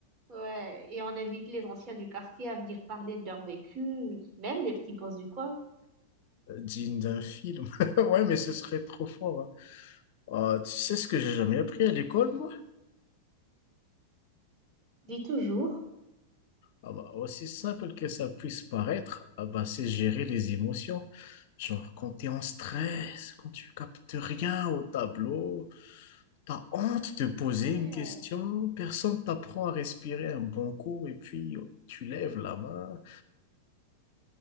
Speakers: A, on the right; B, on the left.
A: ouais, et on invite les anciens du quartier à venir parler de leur vécu, même les petits boss du coin.
B: Digne d'un film. <laughs> Ouais, mais ce serait trop fort. hein. Ah, tu sais ce que j'ai jamais appris
A: Mhm.
B: à l'école, moi?
A: Dis toujours.
B: Ah bah, aussi simple que ça puisse paraître, ah bah, c'est gérer les émotions. Genre, quand t'es en stress, quand tu captes rien au tableau, t'as honte de poser
A: Ouais.
B: une question, personne t'apprend à respirer un bon coup, et puis oh, tu lèves la main.